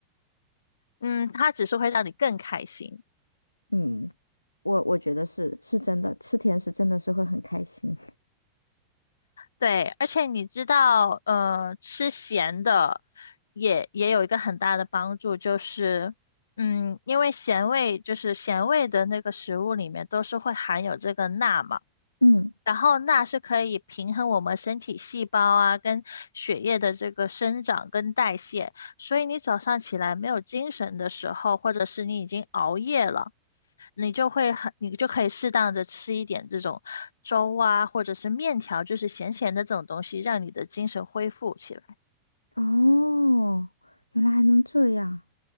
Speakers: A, on the left; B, on the left.
A: 嗯，它只是会让你更开心。
B: <laughs> 嗯，我我觉得是是真的，吃甜食真的是会很开心。
A: 对，而且你知道，呃，吃咸的也也有一个很大的帮助，就是，嗯，因为咸味就是咸味的那个食物里面都是会含有这个钠嘛，
B: 嗯，
A: 然后钠是可以平衡我们身体细胞啊跟血液的这个生长跟代谢，所以你早上起来没有精神的时候，或者是你已经熬夜了。你就会很，你就可以适当的吃一点这种粥啊，或者是面条，就是咸咸的这种东西，让你的精神恢复起来。
B: 哦，原来还能这样，